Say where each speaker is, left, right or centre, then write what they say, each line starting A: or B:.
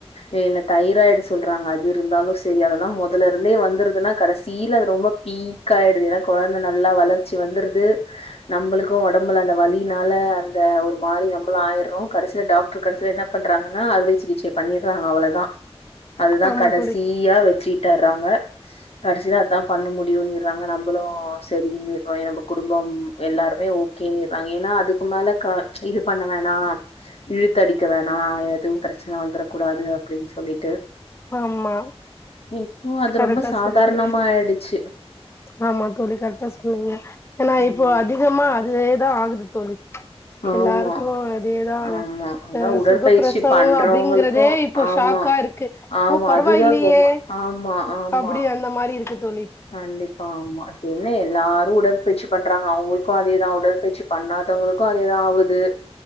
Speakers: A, on the left (about 70°); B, on the left (about 25°).
A: இ இல்ல தைராய்டு சொல்றாங்க அது இருந்தாலு சரி அதெல்லா முதலருந்தே வந்துருதுன்னா கடைசியில அது ரொம்ப பீக்கா ஆயிடுது ஏன்னா குழந்த நல்லா வளர்ச்சி வந்துருது நம்பளுக்கு உடம்புல அந்த வலினால அந்த ஒரு மாரி நம்பளு ஆயர்றோ கடசில டாக்டர் கடசில என்ன பண்றாங்கன்னா அறுவை சிகிச்சை பண்ணிறாங்க அவ்ளதா அதுதா
B: ஆமா
A: கடைசியா
B: தோழி
A: வச்சிட்டறாங்க கடசியில அதா பண்ண முடியுன்னிறாங்க நம்பளு சரின்னிறோ நம்ம குடும்பம் எல்லாருமே ஓ கேனிறாங்க ஏன்னா அதுக்கு மேல க இது பண்ண வேணா இழுத்தடிக்க வேணா எதுவு பிரச்சன வந்துர கூடாது அப்டின் சொல்லிட்டு
B: ஆமா
A: இப்போ அது
B: கரெக்டா
A: ரொம்ப சாதாரணமா
B: சொன்னீங்க
A: ஆயிடுச்சு
B: ஆமா தோழி கரெக்டா சொன்னீங்க ஏன்னா இப்போ
A: ம்
B: அதிகமா அதேதா ஆகுது தோழி
A: ஆமா
B: எல்லாருக்கு அதேதா
A: ஆமா அதா
B: அஹ்
A: உடற்பயிற்சி
B: சுகப்பிரசவோ
A: பண்றவங்களுக்கு
B: அப்டிங்றதே இப்போ
A: ஆமா
B: ஷாக்கா இருக்கு
A: ஆமா.
B: ஓ பரவா
A: அதுதான்
B: இல்லயே
A: ரொம்ப ஆமா ஆமா.
B: அப்டி அந்த மாரி இருக்கு தோழி
A: கண்டிப்பா ஆமா இப்ப என்ன எல்லாரு உடற்பயிற்சி பண்றாங்க அவங்களுக்கு அதேதா உடற்பயச்சி பண்ணாதவங்களுக்கு அதேதா ஆவுது